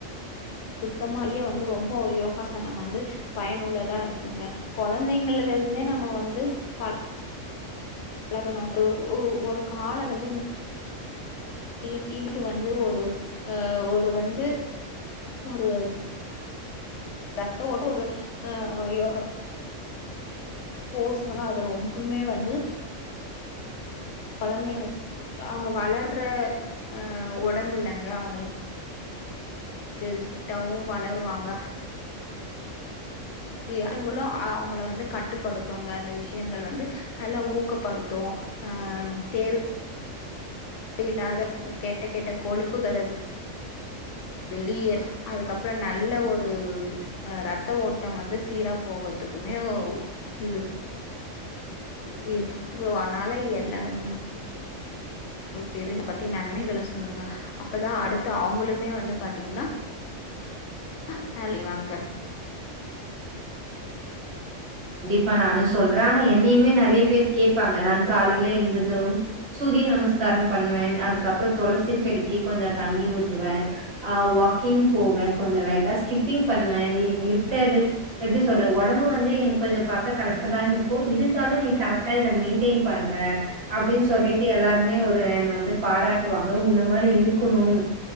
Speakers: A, on the left (about 70°); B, on the right (about 55°).
A: சுத்தமா இ வந்து ரொம்ப யோகாசனம் வந்து பயனுள்ளதா இருக்குங்க குழந்தைங்கள்ல இருந்தே நம்ம வந்து பழ பழகணும்ங்க ஒரு கால வந்து நீ டீம்கு வந்து ஒரு அ ஒரு வந்து ஒரு ரத்தம் ஓட்டம் ஒரு அய்யோ போசுவாங்க அது ரொம்பமே வந்து குழந்தைங்க அவங்க வளர்ற அ உடம்பு இல்லங்க அவங்களுக்கு ஃபாஸ்ட்டாவும் வளருவாங்க அவங்களும் அவங்கள வந்து கட்டுப்படுத்துங்க அந்த விஷயங்கள் வந்து நல்லா ஊக்கப்படுத்தும் அ தேவை இல்லாத கெட்ட கெட்ட கொழுப்புகளை வெளியே அதுக்கப்பறம் நல்ல ஒரு ஆ ரத்த ஓட்டம் வந்து சீரா போகறதுக்குமே ஓ இது ஓகே அதனால எல்லா உங்களுக்கு தெரிஞ்சத பத்தி நன்மைகளை சொல்லுங்க அப்பதான் அடுத்து அவங்களுமே வந்து பாத்தீங்ன்னா <unintelligible> வாங்க
B: ப்ப நானும் சொல்றேன் ஆனா என்னையுமே நெறைய பேர் கேட்பாங்க நானு காலையில எந்திருச்சதும் சூரிய நமஸ்காரம் பண்ணுவேன் அதுக்கப்பறம் துளசி செடிக்கு கொஞ்சம் தண்ணி ஊத்துவேன் ஆ வாக்கிங் போவேன் கொஞ்சம் லைட்டா ஸ்கிப்பிங் பண்ணுவேன் சேரி எப்டி சொல்லற உடம்பு வந்து வந்து எனக்கு கொஞ்சம் பார்க்க கரெக்டா தான் இருக்கும் இருந்தாலும் நீ கரெக்ட் மெயின்டைன் பண்ற அப்டின்னு சொல்லிட்டு எல்லாருமே ஒரு என்னை வந்து பாராட்டுவாங்க இந்த மாரி இருக்கணும்